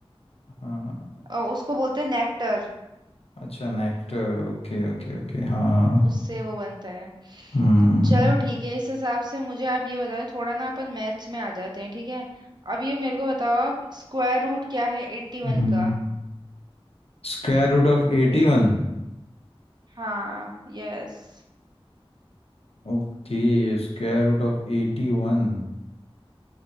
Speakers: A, on the left (about 80°); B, on the right (about 45°).
A: हाँ
B: अ, उसको बोलते हैं नेक्टर
A: अच्छा नेक्टर ओके ओके ओके हाँ
B: हम्म
A: हाँ
B: उससे वो बनता है
A: हम्म
B: चलो ठीक है इस हिसाब से मुझे आप ये बताओ थोड़ा ना अपन मैथ्स में आ जाते हैं ठीक है अब ये मेरे को बताओ आप स्क्वायर रूट क्या है एट्टी वन
A: हम्म
B: का
A: Square root of एटी
B: एट
A: वन
B: हाँ यस
A: Okay square root of एटी वन